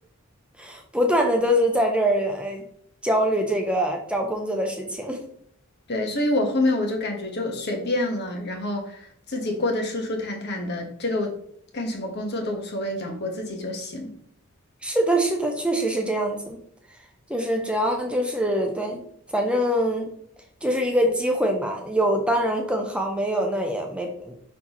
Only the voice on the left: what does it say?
对，所以我后面我就感觉就随便了，然后自己过得舒舒坦坦的，这个我干什么工作都无所谓，养活自己就行。